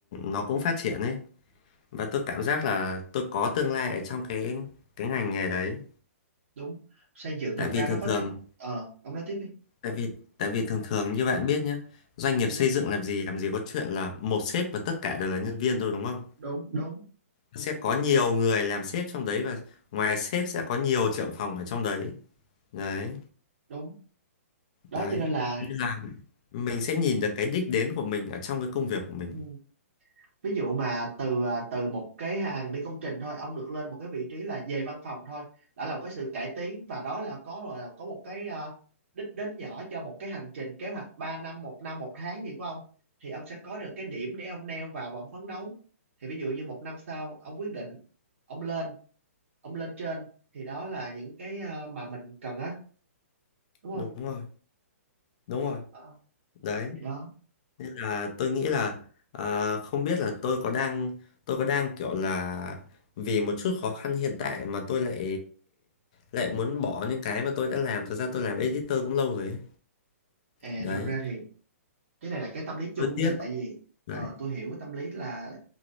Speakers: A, on the left; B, on the right.
A: nó cũng phát triển ấy và tôi cảm giác là tôi có tương lai ở trong cái cái ngành nghề đấy
B: Đúng, xây dựng
A: tại
B: thật
A: vì
B: ra
A: thường
B: nó có
A: thường
B: tương ờ ông nói tiếp đi.
A: tại vì tại vì thường thường như bạn biết nhé doanh nghiệp
B: Ừ,
A: xây dựng làm gì làm gì có chuyện là một sếp và tất cả đều là nhân viên thôi đúng không
B: đúng, đúng,
A: sẽ có nhiều người làm sếp trong đấy và ngoài sếp sẽ có nhiều trưởng phòng ở trong đấy đấy
B: đúng. Đó
A: đấy
B: cho nên là
A: như là mình sẽ nhìn được cái đích đến của mình ở trong cái công việc của mình
B: ừ. ví dụ mà từ à, từ một cái hàng đi công trình thôi ông được lên một cái vị trí là về văn phòng thôi đã là một cái sự cải tiến và đó là có gọi là có một cái à, đích đến nhỏ cho một cái hành trình kế hoạch ba năm một năm một tháng gì của ông thì ông sẽ có được cái điểm để ông neo vào và ông phấn đấu thì ví dụ như một năm sau ông quyết định ông lên ông lên trên thì đó là những cái à, mà mình cần á đúng không
A: đúng rồi đúng rồi
B: Ờ,
A: đấy
B: thì đó
A: là tôi nghĩ là à, không biết là tôi có đang tôi có đang kiểu là vì một chút khó khăn hiện tại mà tôi lại lại muốn bỏ những cái mà tôi đã làm thật ra tôi làm editor cũng lâu rồi ấy.
B: à,
A: Đấy
B: thật ra thì cái này là cái tâm lý
A: tôi
B: chung
A: tiếc
B: nha tại vì ờ,
A: đấy
B: tôi hiểu cái tâm lý là